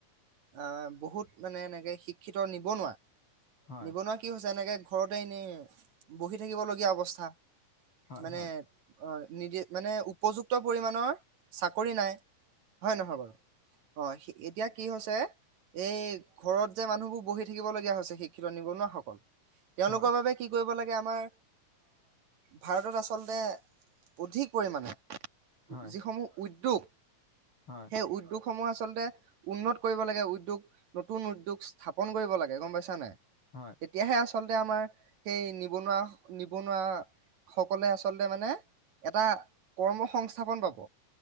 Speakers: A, on the right (about 60°); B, on the left (about 40°).
A: অ' বহুত মানে এনেকে শিক্ষিত নিবনুৱা
B: হয়
A: নিবনুৱা কি হৈছে এনেকে? ঘৰতে এনেই, বহি থাকিবলগীয়া অৱস্থা।
B: হয়
A: মানে,
B: হয়
A: অ'! নিদি, মানে উপযুক্ত পৰিমাণৰ চাকৰি নাই। হয় নহয় বাৰু অ 'এতিয়া কি হৈছে এই ঘৰত যে মানুহবোৰ বহি থাকিব লগীয়া হৈছে শিক্ষিত নিবনুৱাসকল। তেওঁলোকৰ
B: হয়
A: বাবে কি কৰিব লাগে আম আমাৰ ভাৰতত আচলতে অধিক পৰিমাণে
B: হয়
A: যিসমূহ উদ দুু
B: হয়
A: সেই উদ্যোগ সমূহ আচলতে উন্নত কৰিব লাগে উদ্যোগ নতুন উদ্যোগ স্থাপন কৰিব লাগে গম পাইছা নাই।
B: হয়
A: তেতিয়াহে আচল আমাৰ সেই নিবনুৱা নিবনুৱা সকলে আচলতে মানে এটা কৰ্ম সংস্থাপন পাব।